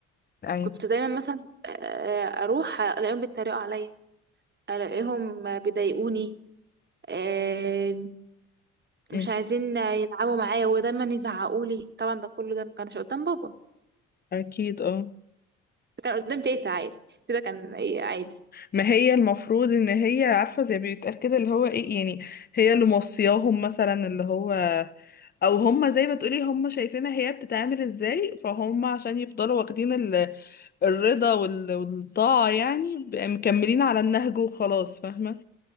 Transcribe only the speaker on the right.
كنت دايما مثلا آه، اروح الاقيهم بيتريقوا عليا الاقيهم بيضايقوني آه،
مش عايزين يلعبوا معايا ودايما يزعقوا لي طبعا ده كله ده ما كانش قدام بابا
كان قدام تيتا عادي تيتا كان إيه عادي